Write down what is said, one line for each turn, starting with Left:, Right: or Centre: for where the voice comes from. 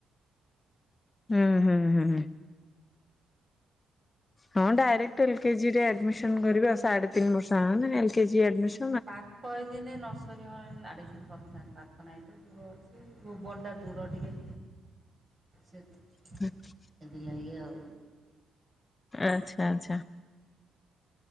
Left: ହଁ ହୁଁ ହଁ। ହଁ ଡାଇରେକ୍ଟ ଏଲ କେଜି ରେ ଆଡମିସନ କରିବି ଆଉ ସାଢେ ତିନିବର୍ଷ ହଁ ନା ଏଲ କେ ଜି ଆଡମିଶ
Right: ପାଖ ହେଇଥିନେ ନର୍ସରୀ ହ ଆଡମିସନ କରିଥାନ୍ତି ପାଖ ନାଇଁ ତ। ଦୂର ଅଛି ଭୁବନଟା ଦୂର ଟିକେ ସେଥୀ
Left: <inaudible>
Right: ସେଥି ଲାଗି ଆଉ।
Left: ଆଚ୍ଛା ଆଚ୍ଛା।